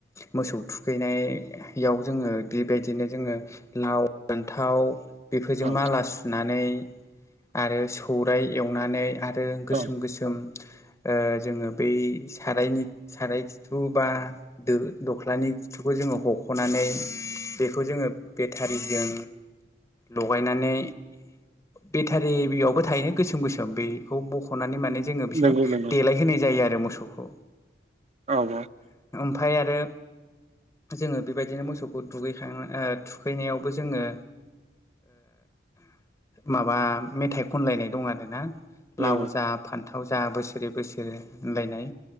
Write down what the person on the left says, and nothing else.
मोसौ थुखैनायाव जोङो बेबायदिनो जों लाव फान्थाव बेफोरजों
माला सुनानै आरो सौराय एवनानै आरो आरो गोसोम
गोसोम जोङो बै सारायनि साराय खिथु बा दोख्लानि खिथुखौ जोङो हख'नानै बेखौ जोङो बेटारिजों लगायनानै बेटारिबियावबो थायोना गोसोम गोसोम बेखौ बख'नानै माने जोङो बिसोर
देलाय होनाय जायो आरो मोसौखौ
ओमफफ्राय आरो जोङो बेबायदिनो मोसौखौ दुगैखां थुखैनायावबो जोङो माबा मेथाइ खनलायनाय दं आरोना लाव
जा फान्थाव जा बोसोरै बोसोरै होनलायनाय